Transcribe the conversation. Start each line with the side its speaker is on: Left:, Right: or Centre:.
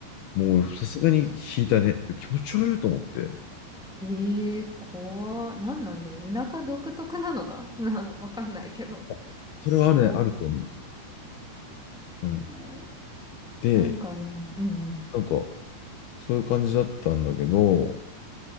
Left: もうさすがに引いたね。気持ち悪いと思って。
Centre: ええー、怖。なんなんだろう。田舎独特なのか <laughs> な、わかんないけど。
Left: あそれはあるね、
Centre: すごっ。
Left: あると思う。うん。
Centre: えー、
Left: で、
Centre: なんか、うん、うん、
Left: なんか、そういう感じだったんだけど、